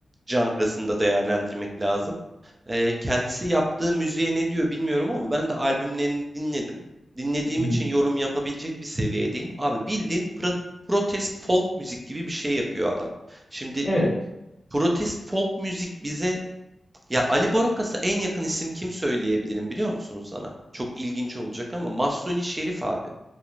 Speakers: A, on the right; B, on the left.
A: janrasında değerlendirmek lazım. Eee, kendisi yaptığı müziğe ne diyor bilmiyorum ama ben de albümlerini dinledim. Dinlediğim
B: hı hı.
A: için yorum yapabilecek bir seviyedeyim. Abi bildiğin pro- protest folk müzik gibi bir şey yapıyor adam. Şimdi
B: Evet.
A: protest folk müzik bize ya Ali Borakas'a en yakın isim kim söyleyebilirim biliyor musun sana? Çok ilginç olacak ama Mahsuni Şerif abi.